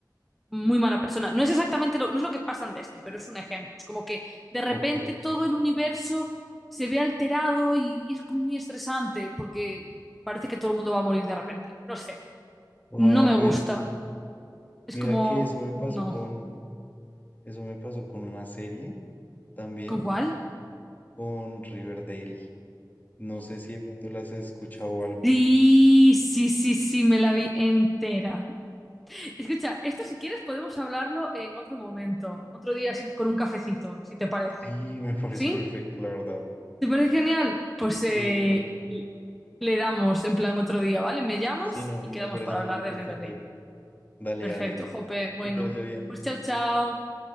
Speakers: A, in the centre; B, on the left.
A: muy mala persona. No es exactamente lo, no es lo que pasa en Dexter, pero es un ejemplo. Es como que de repente
B: ok.
A: todo el universo se ve alterado y es como muy estresante porque parece que todo el mundo va a morir de repente. No sé,
B: Ah,
A: no me
B: pues
A: gusta. Es
B: mira
A: como,
B: que eso me pasó
A: no.
B: con, eso me pasó con una serie también,
A: ¿Con cuál?
B: con Riverdale. No sé si de pronto las has escuchado o algo.
A: Sí, sí, sí, sí, me la vi entera. Escucha, esto si quieres podemos hablarlo en otro momento, otro día así, con un cafecito, si te parece.
B: Sí, <laughs> me parece
A: ¿Sí?
B: perfecto, la verdad.
A: ¿Te parece genial? Pues
B: Sí,
A: eh,
B: dale.
A: le damos en plan otro día, ¿vale? Me llamas
B: Sí, no,
A: y
B: me
A: quedamos
B: parece
A: para hablar de
B: perfecto.
A: Riverdale.
B: Dale,
A: Perfecto,
B: dale.
A: Jope. Bueno,
B: Que te vaya bien.
A: pues chao, chao.